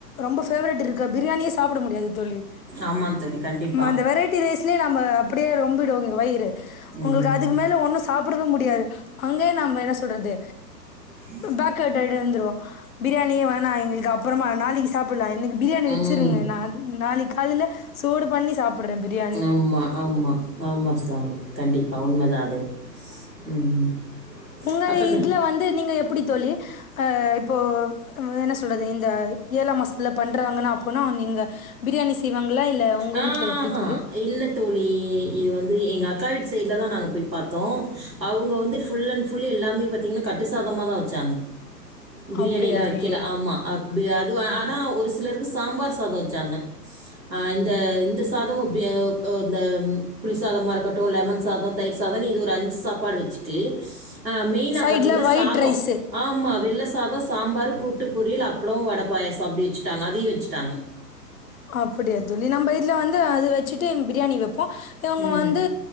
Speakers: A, on the left; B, on the right.
A: ரொம்ப ஃபேவரிட் இருக்க பிரியாணியே சாப்பிட முடியாது தோழி
B: ஆமாம் தோழி கண்டிப்பா
A: நாம அந்த வெரைட்டி ரைஸ்லயே நம்ம அப்டியே ரொம்பிடுவோங்க வயிறு உங்களுக்கு
B: ம்
A: அதுக்கு மேல ஒன்னு சாப்பிடவே முடியாது அங்கயே நம்ம என்ன சொல்றது
B: இ
A: பேக் அவுட் ஆயிட்டு வந்துருவோம் பிரியாணியே வேணா எங்களுக்கு அப் றமா நாளைக்கு சாப்பில்லா என்க்கு பிரியாணி வெச்சிருங்க
B: ம்
A: நாளைக்கு காலைல சூடு பண்ணி சாப்டுறேன் பிரியாணி
B: ஆமா ஆமா ஆமா சாமி கண்டிப்பா உண்மதா அது
A: அ
B: ம்
A: உங்க
B: அப்போ
A: இதுல வந்து நீங்க எப்டித்தோழி அ இப்போ என்ன சொல்றது இந்த ஏழாம் மாசத்துல பண்றாங்கனா அப்பனா நீங்க பிரியாணி செய்வாங்களா இல்ல உங்க
B: ஆ
A: வீட்ல எப்படி
B: ஆஹா
A: தோழி
B: இல்ல தோழி இது வந்து எங்க அக்கா வீ சைட்ல தா நாங்க போய் பாத்தோ அவுங்க வந்து ஃபுல்லன் ஃபுல் எல்லாமே பாத்திங்கன்னா கட்டுசாதமாக தா வெச்சாங்க பிரியாணில்லா
A: அப்படியா
B: வெக்கில
A: தோழி
B: ஆமா அத் பிரி அது
A: ஆமா
B: ஆனா ஒரு சிலருக்கு சாம்பார் சாதோ வெச்சாங்க ஆ இந்த இந்த சாதமு பிய அ இந்த புளி சாதமாரு க்கட்டு லெமன் சாதோ தயிர் சாதோன் இது ஒரு அஞ்சு சாப்பாடு வெச்சுட்டு ஆ மெயினா
A: சைட்ல
B: பாத்தீங்ன்னா
A: ஒயிட்
B: சாதோ
A: ரைஸு
B: ஆமா வெள்ள சாதோ சாம்பரு கூட் டு பொரியல் அப்ளோ வடப்பாயச அப்டி வெச்சிட்டாங்க அதையி வெச்சிட்டாங்க
A: அப்படியா தோழி நம்ம இதுல வந்து அது வச்சிட்டு பிரியாணி வெப்போ இவுங்க
B: ம்.
A: வந்து